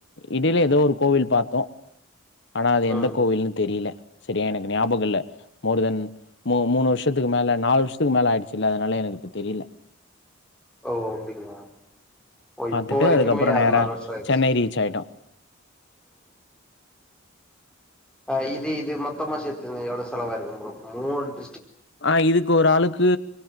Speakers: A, on the left; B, in the centre.
A: இடைல ஏதோ ஒரு கோவில் பாத்தோம் ஆனா அது எந்த
B: ம்
A: கோவில்ன்னு தெரியல சரியா எனக்கு ஞாபகம் இல்ல மோர் தென் மூ மூணு வருஷத்துக்கு மேல நாலு வருஷத்துக்கு மேல ஆயிடுச்சு இல்ல அதனால எனக்கு இப்ப தெரியல
B: ஓ அப்டிங்களா ஓ
A: பாத்துட்டு
B: இப்போ வரைக்குமே
A: அதுக்கப்புறம்
B: அது
A: நேர
B: நாலு வருஷோ ஆயிடுச்சு
A: சென்னை ரீச் ஆயிட்டோம்
B: ஆஹ் இது இது மொத்தமா சேத்து எவ்ளோ செலவு ஆயிருக்கும் ப்ரோ மூன்னு
A: ஆஹ் இதுக்கு ஒரு ஆளுக்கு